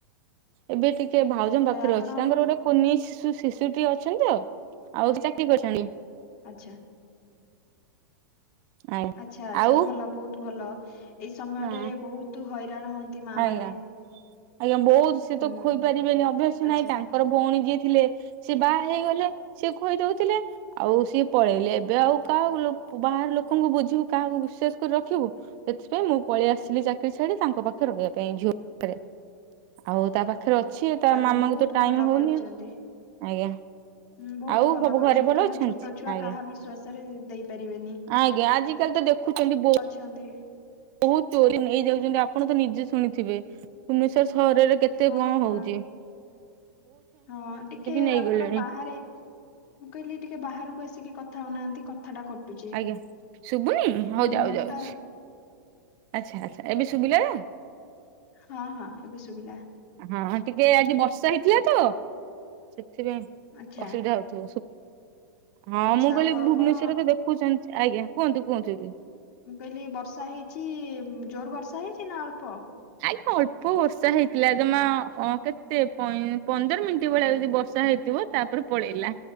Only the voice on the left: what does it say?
ଏ ଆପଣ
ଆଚ୍ଛା।
ଆଛା ଆଛା
ଭଲ ବହୁତ ଭଲ ଏଇ ସମୟରେ
ବହୁତ ହଇରାଣ ହୁଅନ୍ତି ମା
ମାନେ।
ହୁଁ
ଆଚ୍ଛା।
ଆଉ
ବହୁତ
ଭଲ
କରିଛନ୍ତି।
ହୁଁ ବହୁତ
ଭଲ
କରିଚନ୍ତି
କାହିଁକିନା
ଛୋଟ ଛୁଆ
କାହା ବିଶ୍ଵାସ ରେ ଦେଇ ପାରିବେନି।
ହନ୍ତି।
ହଁ
ହଁ
ହଁ ଟିକେ
ଆପଣ ବାହାରେ ମୁଁ କଇଲି ଟିକେ ବାହାରକୁ ଆସିକି କଥା ହଉନାହାନ୍ତି। ଟା କଟୁଛି
ହଁ
ବକ୍ତା
ହଁ ହଁ ଏବେ ଶୁବିଲା।
ଆଚ୍ଛା
ଆଚ୍ଛା
ଆଉ
ଆଉ
କଣ
ମୁଁ କଇଲି ବର୍ଷା ହେଇଚି ଜୋର ବର୍ଷା ହେଇଚି ନା ଅଳ୍ପ।